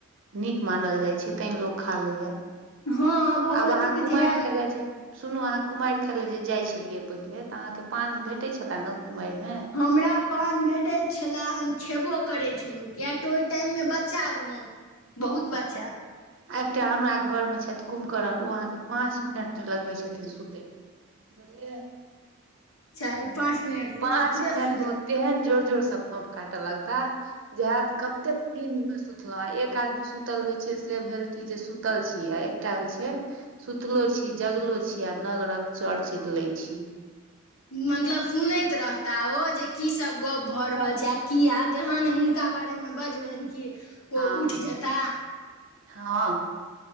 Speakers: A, on the right; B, on the left.
A: नीक मानल जाइ छै तैं लोक खा लैया
B: हँ भगवतीके
A: आब अहाँ
B: जहिया
A: कुमैर खाय ले जे सुनू अहाँ कुमैर खाय लए जे जाइत छलियै पहिले तऽ अहाँके पान भेटैय छले ने कुमैर मे
B: हमरा पान भेटैत छलए हम खेबो करै छलो किएक तऽ ओह टाइम मे बच्चा रहौं बहुत बच्चा
A: आ एकटा हमरा घरमे छैथ कुमकर्ण ओ अहाँके पाँच मिनट नय लगबै छथिन सुतयमे बुझलियै
B: चार पाँच मिनट
A: पाँच
B: उतरत
A: मिनट
B: सुत
A: मे ओ तेहन जोर जोर से फोफ काटे लगता जे हेत कतेक नींद में सुतलौं आ एक आदमी सुतल होइ छै से भेल कि जे सुतल छी आ एकटा होइ छै सुतलो छी जगलो छी आ नगरक चर चित लै छी
B: मतलब सुनैत रह ताओ जे कीसब गप भऽ रहल छै आ कीया जहन हुनका बारेमे बजबनि कि ओ
A: हँ
B: उठि
A: हँ
B: जेता
A: हँ